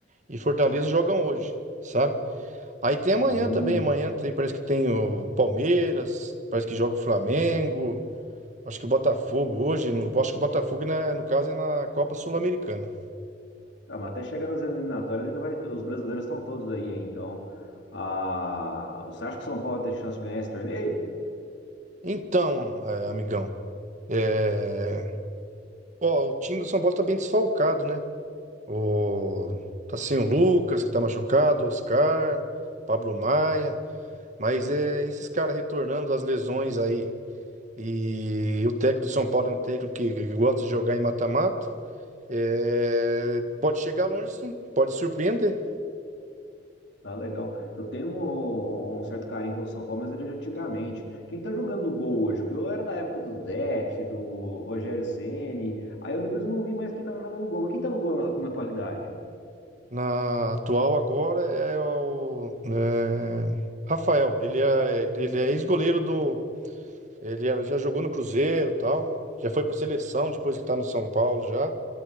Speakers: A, on the right; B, on the left.
A: e Fortaleza jogam hoje, sabe? Aí tem amanhã
B: Hum.
A: também. Amanhã tem, parece que tem o Palmeiras, parece que joga o Flamengo. Acho que o Botafogo hoje. no- acho que o Botafogo, né, no caso, é na Copa Sul-Americana.
B: Ah, mas até chegar nas eliminatórias, ainda vai. Os brasileiros estão todos aí, hein? então. Ah, você acha que o São Paulo tem chance de ganhar esse torneio?
A: Então, eh, amigão, eh, ó, o time do São Paulo tá bem desfalcado, né? O... Tá sem o Lucas, que tá machucado, Oscar, Pablo Maia, mas é esses caras retornando das lesões aí. E o técnico do São Paulo é um técnico que, que gosta de jogar em mata-mata. eh, Pode chegar longe, sim, pode surpreender.
B: Ah, legal. Eu tenho um, um certo carinho pelo São Paulo, mas é de antigamente. Quem tá jogando no gol hoje? Porque eu era da época do Zete, do Rogério Ceni. Aí eu depois eu não vi mais quem tava jogando no gol. Mas quem tá no gol na, na atualidade?
A: Na atual agora é o eh, Rafael, ele é, ele é ex-goleiro do. Ele era- já jogou no Cruzeiro, tal. Já foi pra seleção depois que tá no São Paulo já.